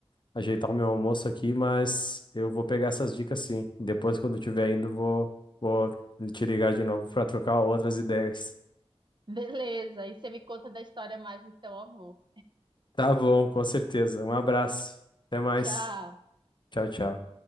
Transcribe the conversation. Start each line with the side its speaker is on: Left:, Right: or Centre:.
Left: ajeitar o meu almoço aqui, mas eu vou pegar essas dicas sim. Depois, quando tiver indo, vou, vou te ligar de novo para trocar outras ideias.
Right: Beleza, e você me conta da história mais do seu avô.
Left: Tá bom, com certeza. Um abraço. Até mais.
Right: Tchau.
Left: Tchau, tchau.